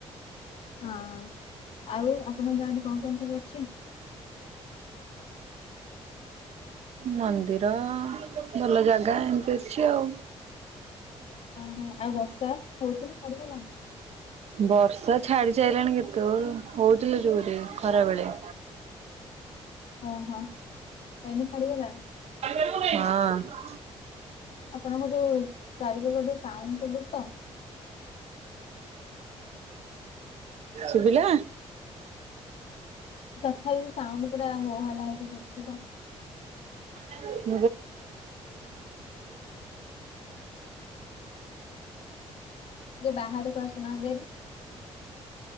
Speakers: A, on the left; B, on the right.
A: ହଁ ଆଉ ଆପଣଙ୍କ ଗାଁ ରେ କଣ-କଣ ସବୁ ଅଛି?
B: ମନ୍ଦିର ଭଲ ଯାଗା ଏମ୍ତି ଅଛି ଆଉ।
A: ଓହୋ, ଆଉ ବର୍ଷା ହଉଚି ନା ଛାଡିଗଲାଣି?
B: ବର୍ଷା ଛାଡି ସାଇଲାଣି କେତେବେଳୁ, ହଉଥିଲା ଯୋରେ ଖରାବେଳେ।
A: ଓହୋ, ଏଇନା ଛାଡିଗଲାଣି?
B: ହଁ
A: ଆପଣଙ୍କ ଯୋଉ ଚାରିପାଖ ଟିକେ ସାଉଣ୍ଡ ଶୁଭୁଚି ତ
B: ଶୁଭିଲା
A: ତଥାପି ସାଉଣ୍ଡ ପୁରା ହୋ ହାଲା ହେଇକି ଶୁଭୂଚି ତ
B: <unintelligible> <inaudible>
A: ଟିକେ ବାହାରକୁ ଆସୁନାହାନ୍ତି ହାରି।